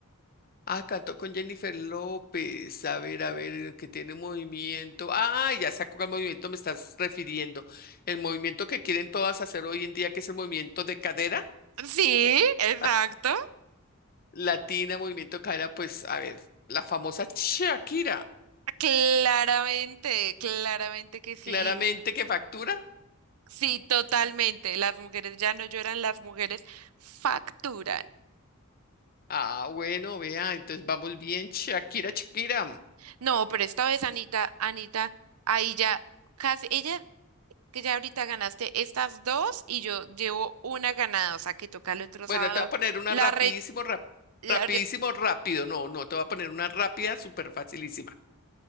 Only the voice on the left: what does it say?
Ah, cantó con Jennifer López. A ver, a ver, que tiene movimiento. Ah, ya sé a cuál movimiento me estás refiriendo. El movimiento que quieren todas hacer hoy en día, que es el movimiento de cadera.
<laughs> Latina, movimiento de cadera, pues, a ver, la famosa Shakira.
Claramente que factura.
Ah, bueno, vea, entonces vamos bien, Shakira, Shakira.
Bueno,
te voy a poner una
rapidísimo,
rap-
rapidísimo,
rápido. No, no, te voy a poner una rápida, súper facilísima.